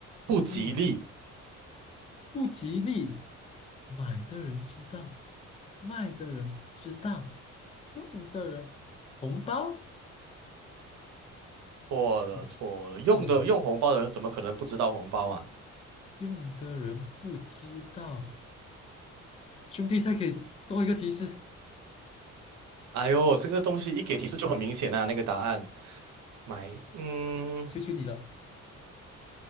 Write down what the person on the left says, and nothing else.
嗯，不吉利。买的人知道，卖的人知道，用的人红包
不
错了，用的人不知道。兄弟，再给多一个提示，
求求你了。